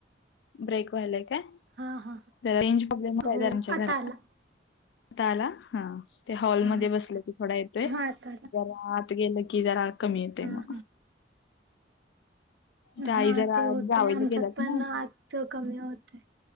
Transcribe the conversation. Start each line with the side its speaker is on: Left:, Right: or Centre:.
Left: ब्रेक व्हायलाय काय? <unintelligible>
Right: हा हा
Left: घरात
Right: हो आता
Left: नां आता
Right: आला
Left: आला हा ते हॉलमध्ये
Right: हा अच्छा
Left: बसलं की थोडा येतोय
Right: हा आता आला
Left: जरा आत गेलं की जरा कमी येतय
Right: हा हा
Left: म त्या
Right: हा
Left: आई जरा
Right: ते होतय
Left: जावईला
Right: आमच्यात
Left: गेल्यात
Right: पण
Left: ना
Right: नां आतच कमी होतय.